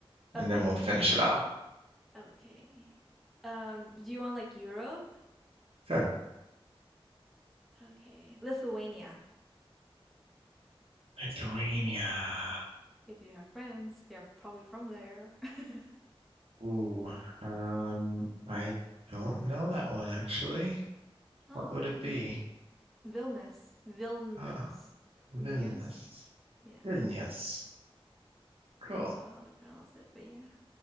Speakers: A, in the centre; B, on the right.
A: Okay,
B: And then we'll finish it off.
A: okay. Um, do you want like Europe?
B: Sure.
A: Okay, Lithuania.
B: Lithuania.
A: If you have friends, they're probably from there. <laughs>
B: Ooh. Um, I don't know that one actually.
A: Ah,
B: What would it be?
A: V Vilnius, Vilnius,
B: Ah,
A: Vilnius.
B: Vilnius.
A: Yeah,
B: Vilnius. Cool.
A: I don't know how to pronounce it, but yeah.